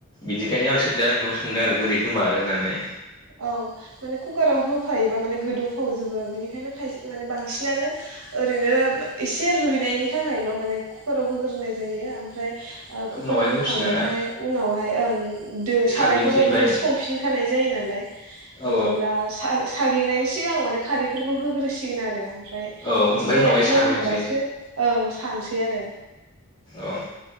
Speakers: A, on the left (about 20°); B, on the right (about 75°).
A: बिदिखायनो आं सो दा नोंनाव सो सोंदों आरो बोरै होमारो होननानै।
B: औ माने कुकाराव होफायोबा माने गोदौ फावजोबो बेनिखायनो खायसे माने बांसिनानो ओरैनो मा एसे रुइनायनि नि थाखायल' माने कुकाराव होग्रोनाय जायो ओमफ्राय ओ कुकाराव
A: उनावहाय
B: होखांबाथाय
A: होफिनो ना
B: उनाव <unintelligible> ओं दो
A: साग्लिनोसै
B: सारायफ्राव
A: ओमफ्राय
B: माने संफिनखानाय जायो नालाय
A: औ
B: नङाब्ला सा-साग्लिनायनि सिगां माने खारैफोरखौ होग्रोसिगोन आरो ओम फाय
A: औ ओमफ्राय
B: एसे
A: उनावहाय
B: मोनहांबासो
A: साग्लिनोसै
B: औ सान बे आरो।
A: औ